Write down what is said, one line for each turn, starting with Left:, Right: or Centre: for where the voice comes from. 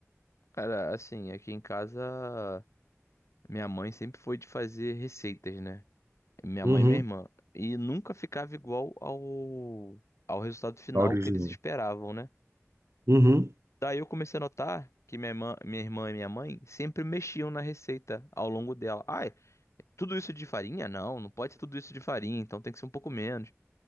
Left: Cara, assim, aqui em casa, minha mãe sempre foi de fazer receitas, né? Minha mãe
Right: Uhum.
Left: e minha irmã. E nunca ficava igual ao, ao resultado final
Right: Tá original.
Left: que eles esperavam, né?
Right: Uhum.
Left: Daí eu comecei a notar que minha irmã, minha irmã e minha mãe sempre mexiam na receita ao longo dela. Ai, tudo isso de farinha? Não, não pode ser tudo isso de farinha, então tem que ser um pouco menos.